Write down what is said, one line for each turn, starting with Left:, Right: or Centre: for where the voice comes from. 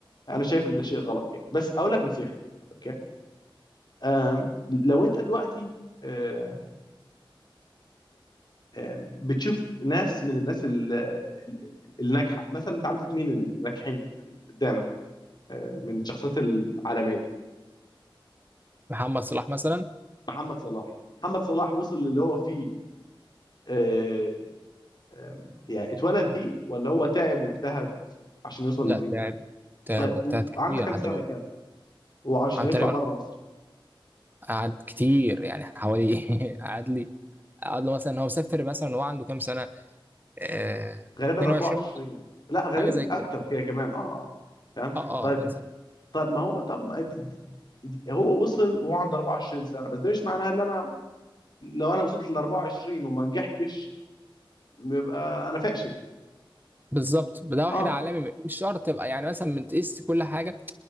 Left: انا شايف ان ده شيء غلط يعني بس اقول لك نصيحه اوكي أم، لو انت دلوقتي أم، أم، بتشوف ناس من الناس ال- ال- ال- الناجحه مثلا انت عندك مين الناجحين قدامك أم، من الشخصيات العالميه
Right: محمد صلاح مثلا
Left: محمد صلاح محمد صلاح وصل للي هو فيه آه، آم، يعني اتولد بيه ولا هو تعب واجتهد عشان يوصل
Right: لا
Left: اللي فيه
Right: تعب تعب
Left: طيب
Right: واجتهد كتير
Left: وعنده كام
Right: لحد
Left: سنة
Right: ما
Left: كام هو عشان
Right: عن
Left: يطلع
Right: تقريبا
Left: بره مصر
Right: قعد كتير يعني حوالي <laughs> قعد لي قعد له مثلا هو مسافر مثلا هو عنده كام سنه آه
Left: غالبا
Right: 22
Left: 24
Right: مثلاً،
Left: لا
Right: حاجه
Left: غالبا
Right: زي كده
Left: اكتر كده كمان اه اه فاهم
Right: اه
Left: طيب
Right: اه مثلا
Left: طب ما هو طب ما دي- دي- دي- هو وصل وهو عنده 24 سنة بس ده مش معناها ان انا لو انا وصلت ل 24 وما نجحتش يبقى انا فاشل
Right: بالظبط ده واحد
Left: اه
Right: عالمي مش شرط تبقى يعني مثلا من تقيس كل حاجه